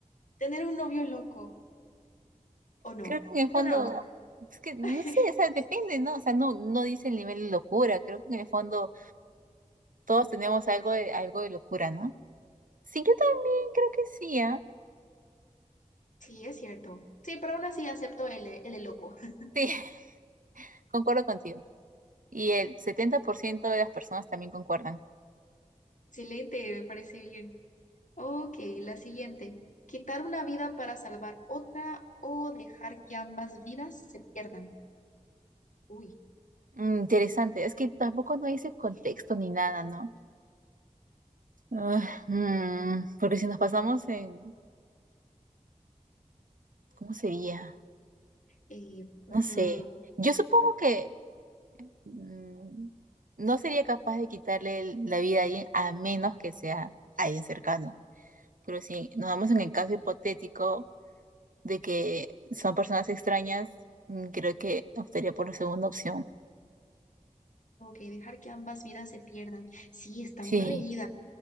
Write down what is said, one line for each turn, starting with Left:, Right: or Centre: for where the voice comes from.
Left: ¿Tener un novio loco o no?
Right: creo que en el fondo,
Left: No, no,
Right: es que no
Left: <laughs>
Right: sé, o sea, depende, ¿no? O sea, no, no dice el nivel de locura, creo que en el fondo todos tenemos algo de, algo de locura, ¿no? Sí, yo también creo que sí, ¿ah?
Left: sí, es cierto. Sí, pero aún así acepto el, de- el de loco. <laughs>
Right: Sí, <laughs> concuerdo contigo. Y el setenta por ciento de las personas también concuerdan.
Left: Excelente, me parece bien. Ok, la siguiente. ¿Quitar una vida para salvar otra o dejar que ambas vidas se pierdan? Uy,
Right: Mm, interesante, es que tampoco no dice contexto ni nada, ¿no? Ah, mm, porque si nos pasamos en, ¿cómo sería?
Left: eh, mm,
Right: No sé. Yo supongo que mm, no sería capaz de quitarle el- la vida a alguien a menos que sea alguien cercano. Pero si nos vamos en el caso hipotético de que son personas extrañas, mm, creo que optaría por la segunda opción.
Left: Ok, dejar que ambas vidas se pierdan. Sí, está
Right: Sí,
Left: muy reñida,